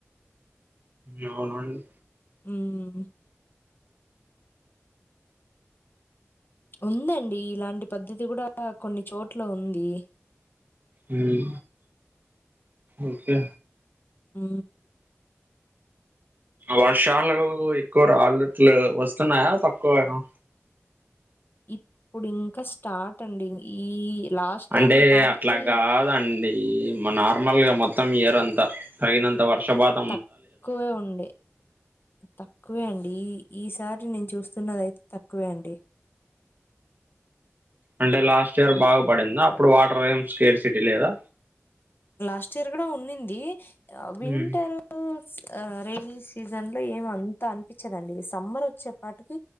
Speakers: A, on the right (about 40°); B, on the left (about 50°).
A: ఎ అవునండి,
B: ఉమ్, ఉందండి ఇలాంటి పద్ధతి కూడా కొన్ని చోట్ల ఉంది.
A: ఉం ఓకే,
B: ఉ
A: వర్షాలు ఎక్కువ రాళ్ళట్లు వస్తున్నాయా తక్కువ ఏనాో,
B: ఇప్పుడు ఇంకా స్టార్ట్ అండి ఈ, లాస్ట్ టైం
A: అంటే
B: ఈ పాటకి
A: అట్లా కాదండి, ఈ నార్మల్ గా మొత్తం ఇయర్ అంత తగినంత వర్షపాత,
B: తక్కువే ఉండి, తక్కువే అండి ఈ ఈసారి నేను చూస్తున్నది అయితే తక్కువే అండి.
A: అంటే లాస్ట్ ఇయర్ బాగా పడింది అప్పుడు వాటర్ వమ్ స్కేర్సిటీ లేదా,
B: లాస్ట్ ఇయర్ కూడా ఉన్నింది వింటర్,
A: ఉమ్
B: ఆ రైైన సీజన్ లో ఏమ అంతా అనిపించదండి సమ్మర్ వచ్చేపాటికి,